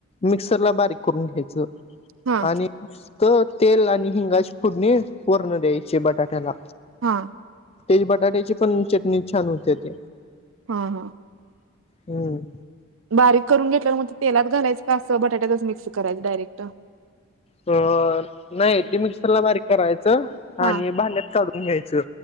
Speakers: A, on the left; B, on the right.
A: मिक्सरला बारीक करून घ्यायचं
B: हा
A: आणि निस्त तेल आणि हिंगाची फोडणी वरनं द्यायची बटाट्याला
B: हा
A: ति बटाट्याची पण चटणी छान होते ते
B: हा अ
A: हम्म
B: बारीक करून घेतल्यावर मग तेलात घालायचं का असं बटाट्यातच मिक्स करायचं डायरेक्ट
A: अ नाही ती मिक्सरला बारीक करायचं.
B: हा
A: आणि भांड्यात काढून घ्यायचं